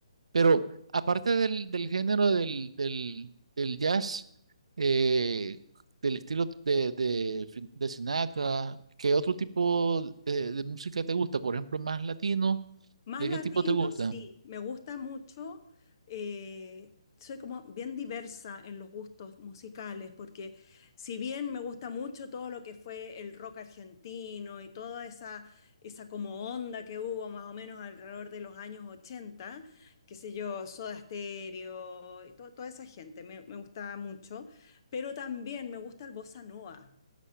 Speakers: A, on the right; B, on the left.
A: Pero aparte del, del género del, del, del jazz, eh, del estilo de, de, de Sinatra, ¿qué otro tipo de, de música te gusta? Por ejemplo, más latino,
B: Más
A: ¿de
B: latino,
A: qué tipo te gusta?
B: sí, me gusta mucho. eh, soy como bien diversa en los gustos musicales, porque si bien me gusta mucho todo lo que fue el rock argentino y toda esa, esa como onda que hubo más o menos alrededor de los años 80, qué sé yo, Soda Stereo y to- toda esa gente, me, me gustaba mucho, pero también me gusta el bossa nova.